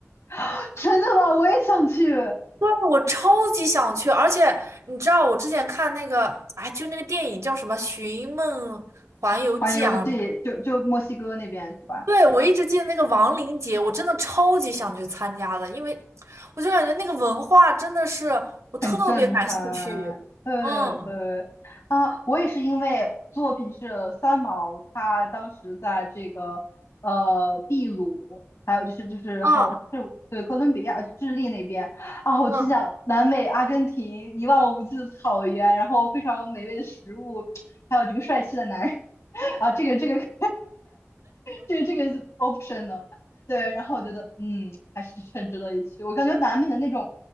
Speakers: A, on the left; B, on the right.
A: <laughs> 真的吗？我也想去
B: 对，我超级想去，而且你知道我之前看那个，哎，就那个电影叫什么《寻梦环游记》啊，
A: 环游记，就就墨西哥那边是吧？
B: 对，我一直记得那个亡灵节，我真的超级想去参加的，因为我就感觉那个文化真的是我特别感兴趣。
A: 很震撼，对对啊，
B: 嗯
A: 我也是因为作品是三毛，他当时在这个呃秘鲁，还有就是就是好是对哥伦比亚、
B: 嗯
A: 智利那边啊，我就想南美阿根廷一望无际的草原，
B: 嗯，
A: 然后非常美味的食物，还有这个帅气的男人 <laughs> 啊，这个这个 <laughs> 这个这个 option 对，然后我觉得，嗯，还是很值得一去。我感觉南美的那种，